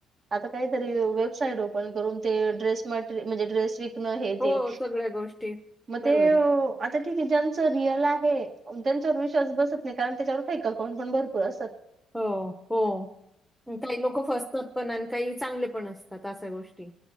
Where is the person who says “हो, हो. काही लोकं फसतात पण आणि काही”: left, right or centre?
Centre